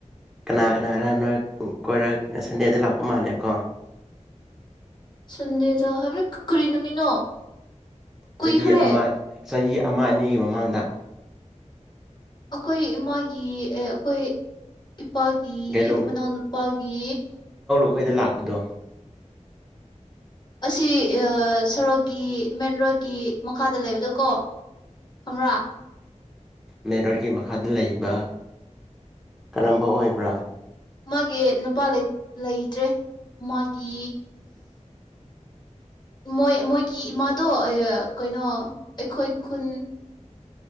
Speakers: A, in the centre; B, on the left.
A: ꯀꯅꯥ ꯀꯅꯥꯔ ꯅꯣꯏ ꯀꯣꯏꯔꯛ ꯁꯟꯗꯦꯗ ꯂꯥꯛꯄ ꯃꯥꯜꯂꯦꯀꯣ꯫
B: ꯁꯟꯗꯦꯗ ꯍꯥꯏꯕꯦꯠ ꯀꯔꯤ ꯅꯨꯃꯤꯠꯅꯣ꯫
A: ꯆꯍꯤ
B: ꯀꯨꯏꯈ꯭ꯔꯦ
A: ꯑꯃ꯫ ꯆꯍꯤ ꯑꯃ ꯑꯅꯤꯒꯤ ꯃꯃꯥꯡꯗ꯫
B: ꯑꯩꯈꯣꯏ ꯏꯃꯥꯒꯤ ꯑꯦ ꯑꯩꯈꯣꯏ꯫ ꯏꯄꯥꯒꯤ
A: ꯀꯩꯂꯨꯡ
B: ꯃꯅꯥꯎꯅꯨꯄꯥꯒꯤ꯫
A: ꯑꯩꯈꯣꯏꯗ ꯂꯥꯛꯄꯗꯣ꯫
B: ꯑꯁꯤ ꯑꯥ ꯁꯣꯔꯣꯛꯀꯤ ꯃꯦꯟꯔꯣꯗꯀꯤ ꯃꯈꯥꯗ ꯂꯩꯕꯗꯣꯀꯣ꯫ ꯈꯪꯕ꯭ꯔꯥ꯫
A: ꯃꯦꯟꯔꯣꯗꯀꯤ ꯃꯈꯥꯗ ꯂꯩꯕ ꯀꯔꯝꯕ ꯑꯣꯏꯕ꯭ꯔꯥ꯫
B: ꯃꯥꯒꯤ ꯅꯨꯞ ꯅꯨꯄꯥ ꯂꯩ ꯂꯩꯇ꯭ꯔꯦ ꯃꯥꯒꯤ꯫ ꯃꯣꯏ ꯃꯣꯏꯒꯤ ꯏꯃꯥꯗꯣ ꯑꯥ ꯀꯩꯅꯣ꯫ ꯑꯩꯈꯣꯏ ꯈꯨꯟ꯫